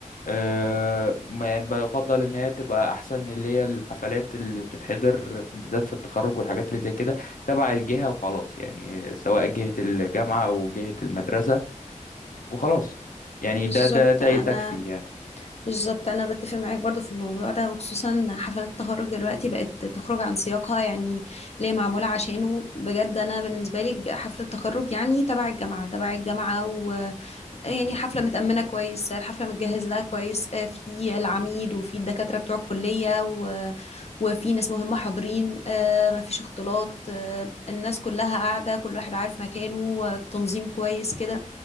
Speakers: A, on the left; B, on the left.
A: أه ما- بفضل ان هي تبقى احسن اللي هي الحفلات اللي بتتحضر في- بالذات في التخرج والحاجات اللي زي كده تبع الجهة وخلاص يعني سواء جهة الجامعة او جهة المدرسة وخلاص يعني
B: بالظبط
A: ده ده ده
B: انا
A: يتكفي يعني
B: بالظبط انا بتفق معاك برضو في الموضوع ده وخصوصا حفلات التخرج دلوقتي بقت تخرج عن سياقها يعني ليه معموله عشانه بجد انا بالنسبه لي حفله التخرج يعني تبع الجامعه تبع الجامعه ويعني حفله متامنه كويس الحفله متجهز لها كويس آه، في العميد وفي الدكاتره بتوع الكليه و... وفي ناس مهمه حاضرين آه، مفيش اختلاط آه، الناس كلها قاعده كل واحد عارف مكانه آه، التنظيم كويس كده